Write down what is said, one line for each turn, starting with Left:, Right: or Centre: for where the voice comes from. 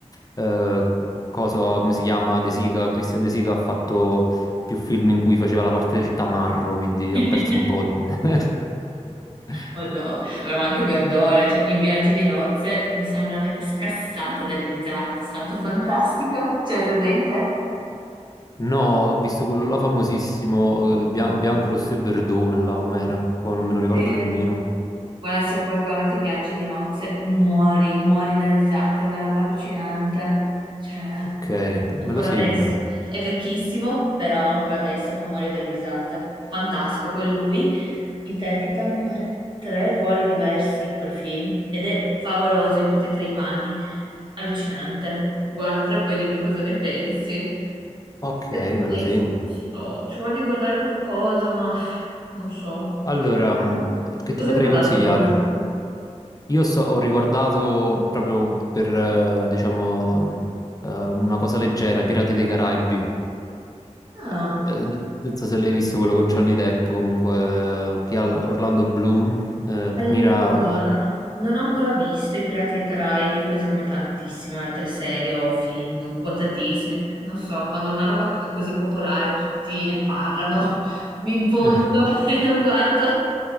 Left: eh, cosa, come si chiama, De Sica, Christian De Sica ha fatto più film in cui faceva la parte del tamarro, quindi
Right: <laughs>
Left: ha perso un po'... di- <laughs>
Right: Madonna, Vabbè, ma anche verdone, cioè, in viaggi di nozze mi sono veramente scassata dalle risate, è stato fantastico. Cioè, presente?
Left: No, ho visto quello là famosissimo, il bia- bianco, rosso e verdone, là, com'era? Poi non me lo ricordo
Right: Sì.
Left: nemmeno.
Right: Guarda, se poi guardati i viaggi di nozze, muori, muori da risate, è una roba allucinante. Cioè,
Left: Ok, me
Right: ancora
Left: lo segno.
Right: adesso. È vecchissimo, però ancora adesso fa morire dalle risate. Fantastico. Poi lui interpreta, mi pare, tre ruoli diversi in quel film ed è favoloso in tutti e tre i panni. Allucinante. Guardatelo e poi dimmi cosa ne pensi.
Left: Ok,
Right: Adesso,
Left: me lo segno.
Right: non so, ci voglio guardare qualcosa, ma non so.
Left: Allora,
Right: <laughs>
Left: mh, che
Right: Cosa
Left: ti potrei
Right: hai guardato
Left: consigliare?
Right: per ultimo?
Left: Io so- ho riguardato proprio per, eh, diciamo, mh, eh, una cosa leggera, i Pirati dei Caraibi.
Right: Ah,
Left: Eh, eh, Non so se l'hai visto quello con Johnny Depp, comunque, eh, chi ha l- Orlando Bloom, eh,
Right: allora,
Left: Kira...
Right: non ho ancora visto I Pirati dei Caraibi, così come tantissime altre serie o film quotatissimi, perché non so, quando una roba è così popolare tutti ne parlano, <laughs> mi impunto
Left: <laughs>
Right: <laughs> e non guardo.